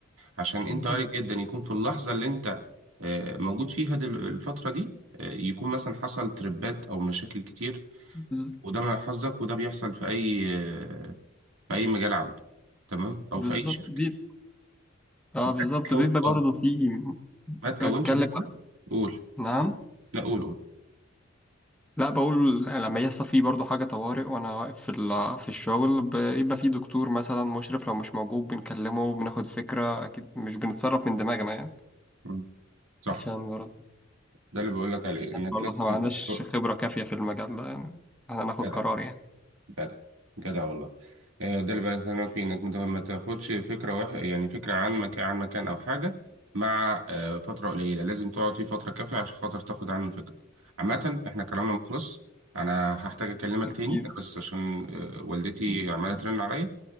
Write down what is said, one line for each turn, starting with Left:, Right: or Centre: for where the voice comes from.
Right: عشان
Centre: بز...
Right: انت وارد جدا يكون في اللحظة اللي انت آه، موجود فيها دل- الفترة دي آه، يكون مثلا حصل تربات او مشاكل كتير
Centre: بز...
Right: وده من حظك وده بيحصل في اي آه، في اي مجال عمل تمام او
Centre: بالظبط
Right: في اي شركة
Centre: بي... اه
Right: ما
Centre: بالظبط
Right: تكو-
Centre: بيبقى برضه
Right: آه،
Centre: في بتكلم
Right: ما تكونش فكرة قول
Centre: نعم
Right: لا قول قول
Centre: لا بقول لما يحصل فيه برضه حاجة طوارئ وأنا واقف في ال... في الشغل بيبقى في دكتور مثلا مشرف لو مش موجود بنكلمه بناخد فكرة أكيد مش بنتصرف من دماغنا يعني
Right: مم. صح
Centre: عشان برضه
Right: ده اللي بقول لك عليه
Centre: عشان
Right: انك
Centre: برضه
Right: لازم
Centre: احنا ما
Right: يبقى
Centre: عندناش خبرة كافية في المجال ده يعني احنا ناخد
Right: جدع
Centre: قرار يعني
Right: جدع جدع والله آه، ده اللي بكلمك فيه انك مت- ما تاخدش فكره واحد يعني فكره عن مكان عن مكان او حاجه مع آه، فتره قليله لازم تقعد فيه فتره كافيه عشان خاطر تاخد عنه فكره عامه احنا كلامنا ما خلص انا هحتاج اكلمك
Centre: أكيد
Right: تاني انا بس عشان آه، والدتي عماله ترن عليا